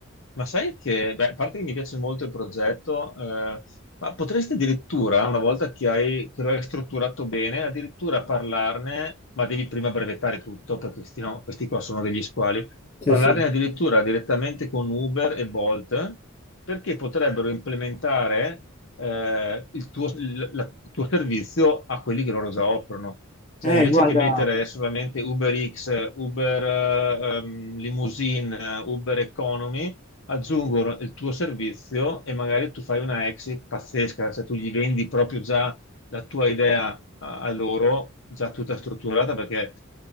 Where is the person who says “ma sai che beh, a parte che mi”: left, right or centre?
Left